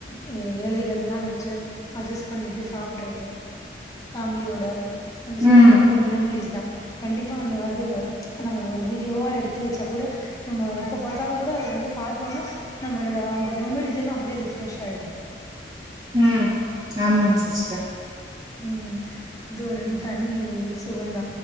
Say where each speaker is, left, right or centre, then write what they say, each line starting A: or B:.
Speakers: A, on the left (about 20°); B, on the right (about 20°).
A: அ எலைகள்லா வச்சு அட்ஜஸ்ட் பண்ணிட்டு சாப்படறது ஃபேமிலியோட அது சூப்பரான
B: ம்.
A: ஒரு மெமரிஸ் தா கண்டிப்பா அந்த வது நம்ம ஒரு வீடியோவா எடுத்து வச்சா கூட நம்ம எப்ப பாத்தாலு கூட அது வந்து பாத்தோனா நம்மளோட அந்த மெமரிஸ் எல்லா அப்படே ரிஃப்ரெஷ் ஆயிடு
B: ம் ஆமாங் சிஸ்டர்
A: ம் இதோ ரெண் தண்ணி சுகந்தா